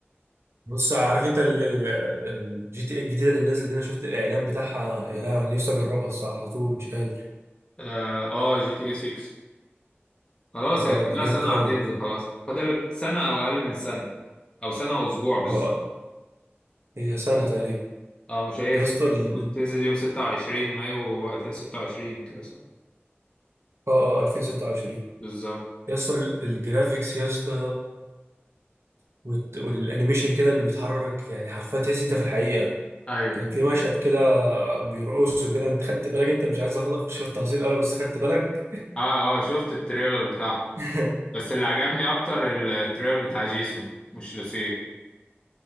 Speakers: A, on the right; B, on the left.
A: بص عارف انت الجي تي اي الجديدة اللي نازلة دي انا شفت الاعلان بتاعها يا لهوي انا نفسي اجربها الصراحة على طول مش قادر
B: اه آه، جي تي اي 6 خلاص
A: اه
B: هي كلها
A: دي جامدة
B: سنه
A: قوي
B: وهتنزل خلاص فاضل سنه او اقل من سنه او سنه واسبوع بالظبط
A: اه هي سنة تقريبا
B: اه مش هي
A: يا
B: المفروض
A: اسطى ال-
B: تنزل يوم 26 مايو 2026 كده صح
A: اه اه 2026
B: بالظبط
A: يا اسطى الجرافيكس يا اسطى والت- والانيميشن كده اللي بيتحرك يعني حرفيا تحس انت في الحقيقه
B: ايوه
A: كان في مشهد كده بيرقصوا كده انت خدت بالك انت مش عايز أخد- اخش في التفاصيل قوي بس خدت بالك
B: اه اه شفت التريلر بتاعها
A: <laughs>
B: بس اللي عجبني اكتر التريلر بتاع جيسون مش لوسيه